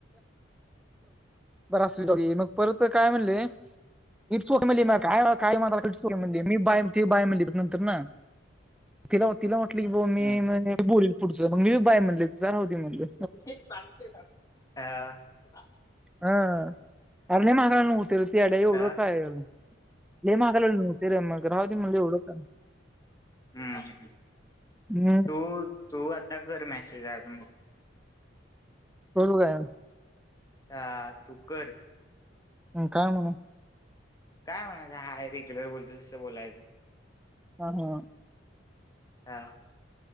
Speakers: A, in the centre; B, on the left (about 20°).
A: बर असदे जाऊदे मग परत काय म्हणले. इटसोक मल काय रा काय म्ह म्हटली मी बा ती बाय म्हणली नंतर न. तिला तिला वाटलं की बावा मी
B: हं,
A: बोलल पुढच मग मी बाय म्हणले जा राहूदे म्हटलं.
B: ग.
A: हं अर नाही म्हागाय नव्हतर तड्या एवढं
B: हां,
A: काय, लई म्हागाला न्ह ते रे मग राहुदे म्हणल एवढंच
B: हम्म ह.
A: <unintelligible>
B: तू तो आता कर मेसेज आहे मग.
A: <unintelligible>
B: ह तू कर.
A: हं काय म्हणु.
B: काय म्हणायचं हाय रेग्युलर बोलतो तसं बोलायचं.
A: हा ह.
B: ह.